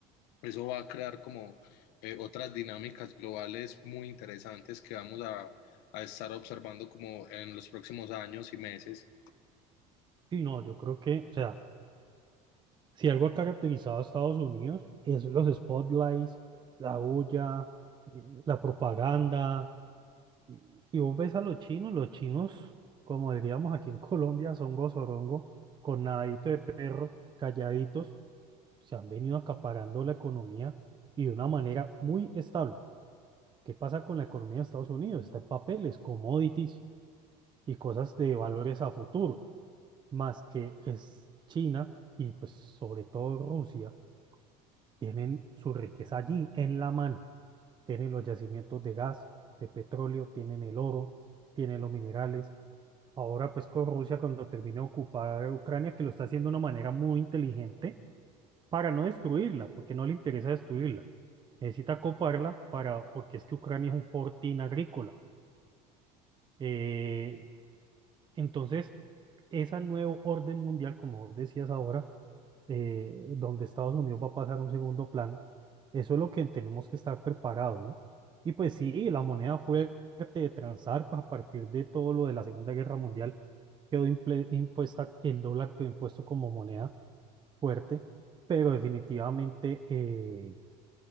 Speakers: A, on the left; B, on the right.
A: eso va a crear como eh, otras dinámicas globales muy interesantes que vamos a, a estar observando como en los próximos años y meses.
B: Sí, no, yo creo que, o sea, Si algo ha caracterizado a Estados Unidos es los spotlights, la bulla, eh, la propaganda. Y y vos ves a los chinos, los chinos, como diríamos aquí en Colombia, son gozorongo, con nadadito de perro, calladitos, se han venido acaparando la economía y de una manera muy estable. ¿Qué pasa con la economía de Estados Unidos? Está en papeles, commodities y cosas de valores a futuro, más que es China y pues sobre todo Rusia tienen su riqueza allí, en la mano. Tienen los yacimientos de gas, de petróleo, tienen el oro, tienen los minerales. Ahora pues con Rusia cuando termine de ocupar Ucrania, que lo está haciendo de una manera muy inteligente para no destruirla, porque no le interesa destruirla. Necesita coparla para, porque es que Ucrania es un fortín agrícola. Eh, entonces, ese nuevo orden mundial, como vos decías ahora, eh, donde Estados Unidos va a pasar a un segundo plano. Eso es lo que tenemos que estar preparados, ¿no? Y pues sí, la moneda fuerte de transar, pues a partir de todo lo de la Segunda Guerra Mundial, quedó imple- impuesta, el dólar quedó impuesto como moneda fuerte, pero definitivamente eh,